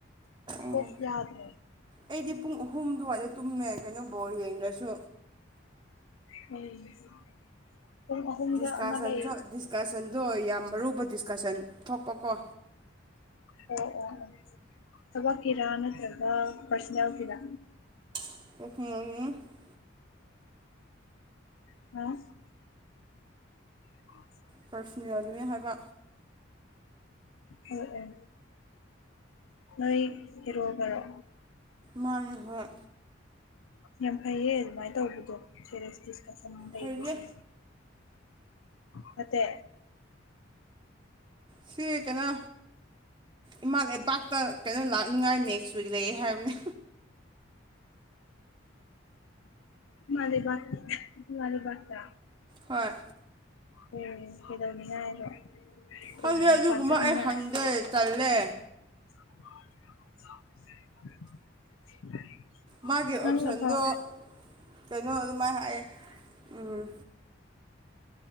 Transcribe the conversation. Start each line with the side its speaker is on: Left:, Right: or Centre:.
Right: ꯑꯣ
Left: ꯀꯣꯛ ꯌꯥꯗ꯭ꯔꯦ
Right: ꯑꯩꯗꯤ ꯄꯨꯡ ꯑꯍꯨꯝ ꯗꯨꯋꯥꯏꯗ ꯇꯨꯝꯃꯦ ꯀꯩꯅꯣ ꯕꯣꯜ ꯌꯦꯡꯗ꯭ꯔꯁꯨ
Left: ꯑꯩ <unintelligible>
Right: ꯗꯤꯁꯀꯥꯁꯟꯁꯨ
Left: ꯑꯃ ꯂꯩꯌꯦ
Right: ꯗꯤꯁꯀꯁꯟꯗꯣ ꯌꯥꯝ ꯑꯔꯨꯕ ꯗꯤꯁꯀꯁꯟ ꯊꯣꯛꯄꯀꯣ
Left: ꯑꯣ ꯑꯣ ꯑꯣ ꯊꯕꯛꯀꯤꯔꯥ ꯅꯠꯇ꯭ꯔꯒ ꯄꯔꯁꯅꯦꯜ ꯒꯤꯔꯥ
Right: <unintelligible>
Left: <unintelligible> <unintelligible>
Right: ꯄꯔꯁꯅꯦꯜꯒꯤꯅꯦ ꯍꯥꯏꯕ
Left: ꯑꯣ ꯑꯣ ꯅꯣꯏ ꯍꯦꯔꯣꯒꯔꯣ
Right: ꯃꯥꯅꯦ ꯍꯣꯏ
Left: ꯌꯥꯝ ꯐꯩꯌꯦ ꯑꯗꯨꯃꯥꯏꯅ ꯇꯧꯕꯗꯣ ꯁꯦꯔꯤꯌꯁ ꯗꯤꯁꯀꯁꯟ ꯂꯩꯕꯁꯦ
Right: ꯍꯩꯔꯦ
Left: ꯐꯠꯇꯦ
Right: ꯁꯤ ꯀꯩꯅꯣ ꯏꯃꯥ ꯂꯩꯕꯥꯛꯇ ꯀꯩꯅꯣ ꯂꯥꯛꯅꯤꯡꯉꯥꯏ ꯅꯦꯛꯁ <unintelligible> ꯅꯩꯌꯦ ꯍꯥꯏꯕꯅꯦ
Left: ꯏꯃꯥꯂꯩꯕꯥꯛꯇꯤ ꯏꯃꯥꯂꯩꯕꯥꯛꯇ
Right: ꯍꯣꯏ
Left: ꯎꯝ ꯀꯩꯗꯧꯅꯤꯡꯉꯥꯏꯔꯣ
Right: ꯈꯪꯗꯦ
Left: ꯑꯣ ꯃꯄꯥꯟ
Right: ꯑꯗꯨꯒꯨꯝꯕ
Left: ꯆꯠꯅꯤꯡꯉꯥꯏ
Right: ꯑꯩ ꯍꯪꯗꯦ ꯇꯜꯂꯦ
Left: <unintelligible>
Right: ꯃꯥꯒꯤ ꯑꯣꯞꯁꯟꯗꯣ
Left: ꯅꯪꯅ ꯐꯥꯎ
Right: ꯀꯩꯅꯣ ꯑꯗꯨꯃꯥꯏꯅ ꯍꯥꯏꯌꯦ ꯎꯝ